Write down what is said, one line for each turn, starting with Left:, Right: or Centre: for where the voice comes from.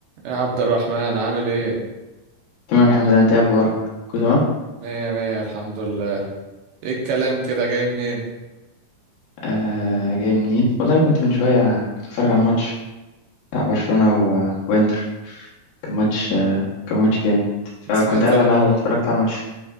Right: يا عبد الرحمن عامل ايه؟
Left: تمام الحمد لله انت ايه اخبارك كله تمام
Right: مية مية الحمد لله ايه الكلام كده جاي منين؟
Left: آه جاي منين والله كنت من شويه كنت بتفرج على الماتش بتاع برشلونه و... وانتر كان ماتش آه كان ماتش جامد فكنت
Right: انا سمعت
Left: قاعد
Right: انه
Left: على القهوه اتفرجت على الماتش